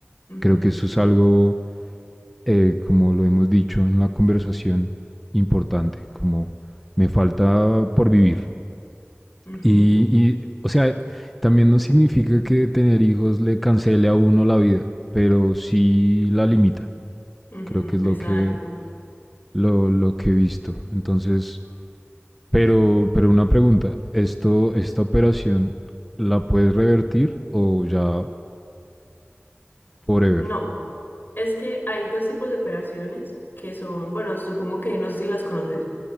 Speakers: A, on the left; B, in the centre.
A: Ujú,
B: Creo que eso es algo, eh, como lo hemos dicho en la conversación, importante, como me falta por vivir.
A: ujú,
B: Y, y, o sea, también no significa que tener hijos le cancele a uno la vida, pero sí la limita.
A: ujú,
B: Creo que es
A: Exacto.
B: lo que, lo, lo que he visto. Entonces, pero, pero una pregunta, ¿esto, esta operación la puedes revertir o ya forever?
A: No, es que hay dos tipos de operaciones que son, bueno, supongo que no sé si las conoces,